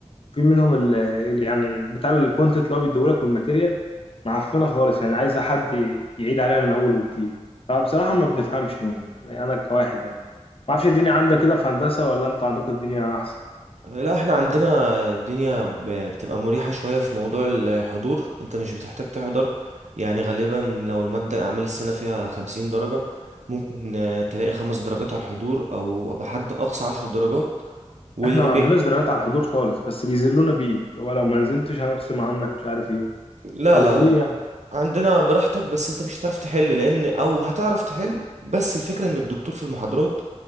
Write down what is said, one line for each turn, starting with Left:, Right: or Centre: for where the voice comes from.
Left: في منهم اللي يعني بتاع الكونتنت اللي هو بيديهولك والماتيريال معفنة خالص يعني عايزة حد يعيد عليها من أول وجديد فبصراحة ما بنفهمش منهم يعني أنا كواحد يعني ما أعرفش الدنيا عندك كده في هندسة ولا أنتوا عندكم الدنيا أحسن
Right: آه، لا احنا عندنا الدنيا ب- بتبقى مريحة شوية في موضوع الحضور انت مش بتحتاج تحضر يعني غالبا لو المادة الأعمال السنة فيها خمسين درجة ممكن آه، تلاقي خمس درجات على الحضور أو بحد أقصى عشر درجات والأربعين
Left: احنا ما عندناش درجات على الحضور خالص بس بيذلونا بيه اللي هو لو ما نزلتش هنخصم عنك مش عارف ايه
Right: لا
Left: طب
Right: لا
Left: وليه
Right: لا
Left: يعني
Right: عندنا براحتك بس انت مش هتعرف تحل لأن أو هتعرف تحل بس الفكرة ان الدكتور في المحاضرات